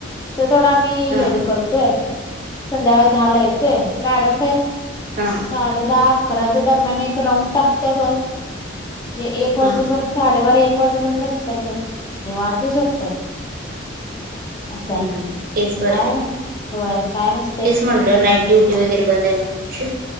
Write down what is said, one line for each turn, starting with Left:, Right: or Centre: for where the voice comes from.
Left: तो तेवढा आम्ही
Right: हा
Left: हे करतोय संध्याकाळी दहाला येतोय मॅडम काय.
Right: हा
Left: साडे दहा अकराच्या दरम्यान एक राऊंड टाकत्या बघ. जे एक वाजूपर्यंत
Right: हा
Left: साडेबारा एक. वाजू पर्यंत बसत्यात बघ निवांत झोपत्यात. असं
Right: हम्म
Left: आहे
Right: तेच बरं
Left: काय
Right: आहे.
Left: ना होय. काय नसते
Right: तेच म्हटलं नाईट ड्युटी वगैरे बंद आहे का तुमची.